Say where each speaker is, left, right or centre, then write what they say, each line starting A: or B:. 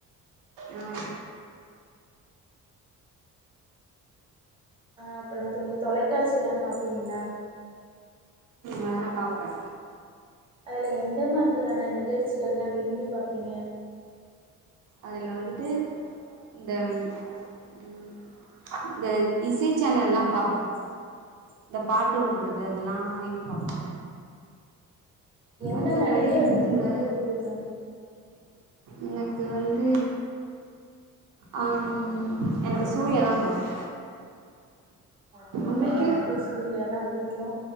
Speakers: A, on the right (about 75°); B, on the right (about 15°).
A: ஆ
B: அ அப்றோ தோழி தொலைக்காட்சில்லா பாப்பீங்ளா
A: நானு பாப்ப
B: அதுல எந்த மாரியான நிகழ்ச்சிகள்லா விரும்பி பாப்பீங்க
A: அதுல வந்துட்டு இந்த ம் ம் இந்த இசை சேனல்லா பாப்ப இந்த பாட்டு ஓடுறது அதெல்லா அதிகமா பாப்ப
B: எந்த
A: மத்தபடி
B: நடிகர
A: வந்துட்டு
B: உங்களுக்கு
A: இந்த
B: ரொம்ப புடிக்கு
A: எனக்கு வந்து ஆ எனக்கு சூர்யாதா புடிக்கு
B: பரவால்ல
A: உங்களுக்கு
B: எனக்கு சூர்யாதா புடிக்கு